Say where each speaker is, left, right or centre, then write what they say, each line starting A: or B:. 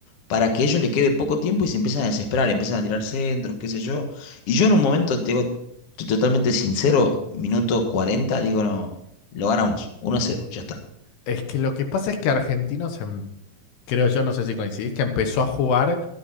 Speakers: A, on the left (about 60°); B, on the left (about 80°).
A: para que ellos les quede poco tiempo y se empiezan a desesperar, empiezan a tirar centros, qué sé yo. Y yo en un momento, te digo, estoy totalmente sincero, minuto 40 digo, no, lo ganamos, uno a cero ya está.
B: Es que lo que pasa es que Argentinos em- creo yo, no sé si coincidís, que empezó a jugar